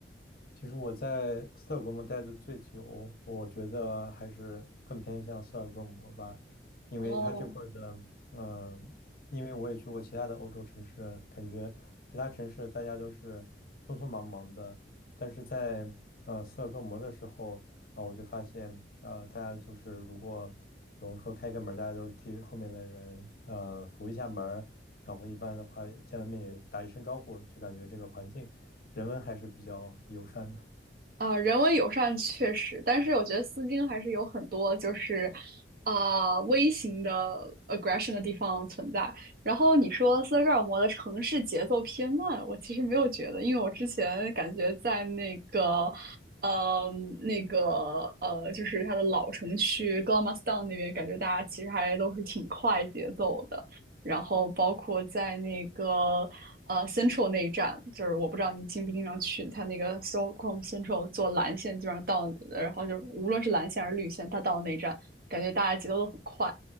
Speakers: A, on the left (about 55°); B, on the right (about 55°).
A: 其实我在斯德哥尔摩待的最久，我觉得还是更偏向斯德哥尔摩吧，因为它这块儿的，
B: 哦，
A: 嗯、因为我也去过其他的欧洲城市，感觉其他城市大家都是匆匆忙忙的，但是在呃斯德哥尔摩的时候，啊、我就发现，呃，大家就是如果比如说开个门儿大家都替后面的人呃扶一下门儿然后一般的话见了面也打一声招呼，就感觉这个环境人文还是比较友善的。
B: 啊，人文友善确实，但是我觉得丝巾还是有很多就是，啊、微型的 aggression 的地方存在。然后你说斯德哥尔摩的城市节奏偏慢，我其实没有觉得，因为我之前感觉在那个，呃，那个呃，就是它的老城区 g l a m a s t o w n 那边，感觉大家其实还都是挺快节奏的。然后包括在那个呃 Central 那一站，就是我不知道你经不经常去，它那个 Stockholm Central 坐蓝线基本上到，然后就是无论是蓝线还是绿线，它到了那一站，感觉大家节奏都很快。